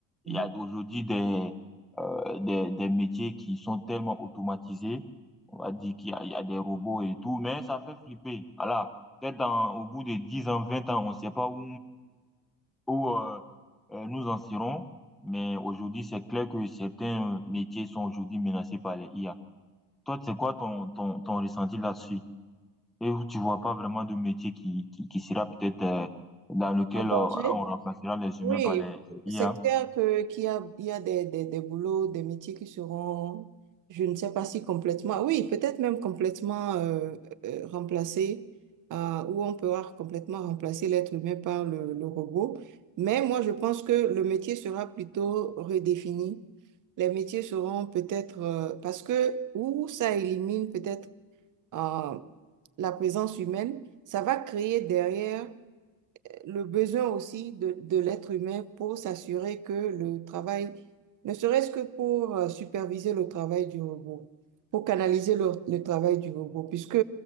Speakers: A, on the right; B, in the centre.
A: Mhm.
B: Il y a aujourd'hui des, euh, des, des métiers qui sont tellement automatisés. On va dire qu'il y a, il y a des robots et tout, mais ça fait flipper. Voilà. Peut-être dans- au bout de 10 ans, 20 ans, on ne sait pas où, où euh, euh, nous en serons. Mais aujourd'hui, c'est clair que certains euh, métiers sont aujourd'hui menacés par les IA. Toi, c'est quoi ton, ton, ton ressenti là-dessus? Et où tu vois pas vraiment de métier qui, qui, qui sera peut-être euh, dans lequel
A: En Danger?
B: euh, voilà, on remplacera les
A: Oui,
B: humains par les les
A: c'est
B: IA?
A: clair que qu'il y a, il y a des, des, des boulots, des métiers qui seront, je ne sais pas si complètement, oui, peut-être même complètement euh, euh, remplacés, euh, où on pourra complètement remplacer l'être humain par le, le robot. Mais moi, je pense que le métier sera plutôt redéfini. Les métiers seront peut-être, euh, parce que où ça élimine peut-être euh, la présence humaine, ça va créer derrière le besoin aussi de, de l'être humain pour s'assurer que le travail, ne serait-ce que pour euh, superviser le travail du robot, pour canaliser le, le travail du robot, puisque